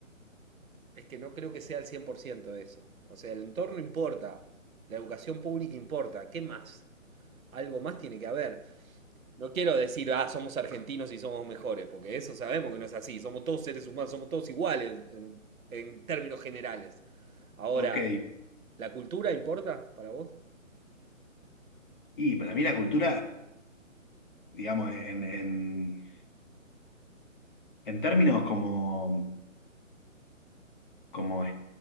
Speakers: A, on the right (about 85°); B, on the left (about 40°).
A: Es que no creo que sea el 100% eso. O sea, el entorno importa, la educación pública importa, ¿qué más? Algo más tiene que haber. No quiero decir, ah, somos argentinos y somos mejores, porque eso sabemos que no es así. Somos todos seres humanos, somos todos iguales en, en términos generales. Ahora,
B: Ok,
A: ¿la cultura importa para vos?
B: y para mí la cultura, digamos, en, en- en términos como, como